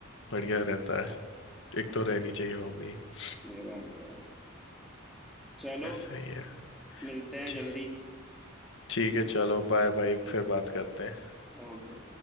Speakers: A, on the left; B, in the centre.
A: बढ़िया रहता है एक तो रहनी चाहिए हॉबी <clears throat>
B: ये बात तो है चलो
A: सही है
B: मिलते हैं
A: ठीक
B: जल्दी
A: ठीक है चलो बाय बाय फिर बात करते हैं
B: ओके